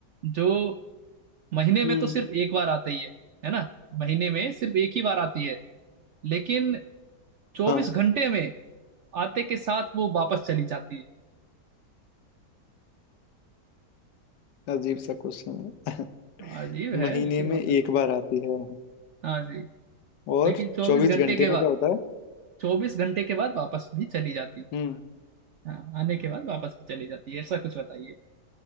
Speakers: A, on the right (about 65°); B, on the left (about 80°).
A: जो महीने में
B: हम्म
A: तो सिर्फ एक बार आती है है ना महीने में सिर्फ एक ही बार आती है लेकिन चौबीस
B: हाँ
A: घंटे में आते के साथ वो वापस चली जाती है
B: अजीब सा क्वेश्चन है
A: अजीब
B: <laughs>
A: है
B: महीने
A: लेकिन
B: में
A: होता
B: एक
A: है
B: बार आती है
A: हाँ जी
B: और
A: लेकिन चौबीस
B: चौबीस
A: घंटे
B: घंटे
A: के
B: में
A: बाद
B: क्या होता है
A: चौबीस घंटे के बाद वापस भी चली जाती है
B: हम्म
A: हाँ आने के बाद वापस भी चली जाती है ऐसा कुछ बताइए